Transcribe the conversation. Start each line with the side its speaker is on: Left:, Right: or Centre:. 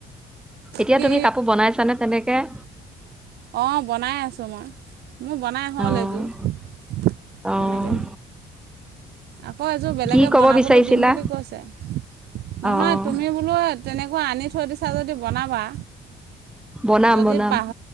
Centre: এতিয়া
Right: কি
Centre: তুমি কাপোৰ বনাইছানে তেনে কে
Right: অ', বনাই আছোঁ মই। মোৰ বনাই হ'ল
Centre: অ',
Right: এযোৰ
Centre: অ',
Right: তেনেকে, আকৌ এযোৰ বেলেগে
Centre: কি ক'ব
Right: বনাবলৈ
Centre: বিচাৰিছিলা
Right: দিম বুলি কৈছে, নহয়
Centre: অ',
Right: তুমি বোলো তেনেকুৱা আনি থৈ দিছা যদি বনাবা।
Centre: বনাম
Right: যদি
Centre: বনাম
Right: পাহ